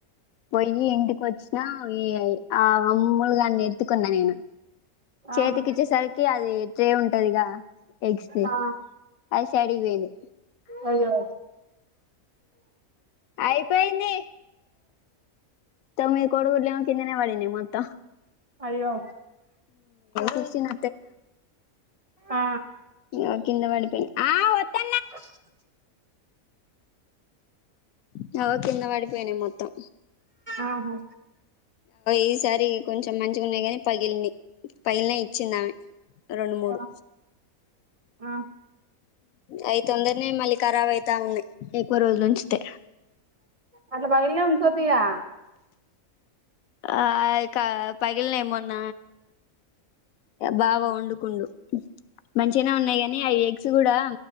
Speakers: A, on the left; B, on the right.
A: పోయి ఇంటికి వచ్చిన ఈ ఆ అమ్ములుగాన్ని ఎత్తుకున్న నేను చేతికి
B: ఆహా
A: ఇచ్చే సరికి అది ట్రే ఉండే ఉంటది కదా ట్రే
B: ఆ
A: అది సడికి పోయింది
B: అయ్యో
A: అయిపోయింది తోమీది కోడిగుడ్లు కిందనే పడిని మొత్తం
B: అయ్యో
A: సిక్స్టీన్
B: ఆ
A: అ కింద పడిపోయినే
B: బోలో సాంగ్
A: సగం కింద పడిపోయినాయి మొత్తం
B: ఆహా
A: ఈసారి కొంచెం మంచిగా ఉన్నాయి గాని పగిలినయ్ పగిలినయ్ ఇచ్చిందామె రెండు మూడు
B: ఆ ఆ
A: అవి తొందరగా మళ్ళీ ఖరాబ్ అయితే అన్నయ్య ఎక్కువ రోజుల ఉంచితే
B: అట్ల పగిలిన ఉంచాదిగా
A: ఆ ఇక పగిలినయ్ మొన్న బావ వండుకుండు మంచిగానే ఉన్నాయి కాగానీ అవి ఎగ్స్ కూడా